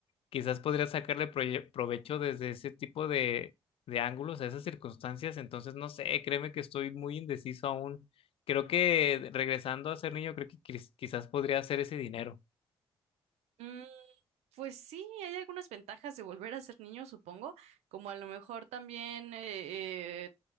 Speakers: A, on the left; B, on the right.
A: quizás podrías sacarle proye- provecho desde ese tipo de, de ángulos a esas circunstancias. Entonces, no sé, créeme que estoy muy indeciso aún. Creo que regresando a ser niño, creo que quiz- quizás podría hacer ese dinero,
B: Mm, Pues sí, hay algunas ventajas de volver a ser niño, supongo, como a lo mejor también eh, eh,